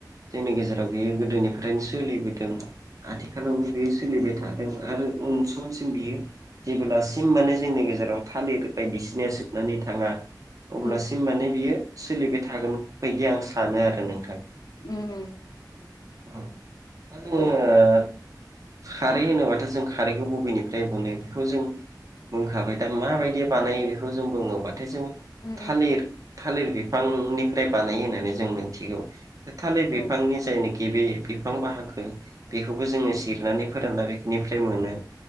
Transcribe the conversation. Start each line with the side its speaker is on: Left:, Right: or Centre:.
Right: जोंनि गेजेराव बियो गोदोनिफ्रायनो सोलिबोदों आथिखालावबो बेयो सोलिबाय थादों आरो उन समसिम बियो जेब्लासिम माने जोंनि गेजेराव थालिर बायदिसिनाय जोबनानै थाङा अब्लासिम
Left: औ
Right: माने बियो सोलिबाय थागोन बायदि आं सानो आरो नोंथां
Left: उम। औ नंगौ
Right: उम
Left: उम
Right: दा जोङो।
Left: औ
Right: खारै होनोबाथ' जों खारैखौ बबेनिफ्राय मोननो बेखौ जों बुंखाबाय दा। माबायदि बानायो बेखौ जों बुङोब्लाथाय जों
Left: उम नंगौ उम उम
Right: थालिर। थालिर बिफांनिफ्राय बानायो होननानै जों मोनथिगौ। थालिर बिफांनि
Left: उम
Right: जायनाखि बे बिफां बाहागो बेखौबो जोङो जिरनानै फोराना बेनिफ्राय मोनो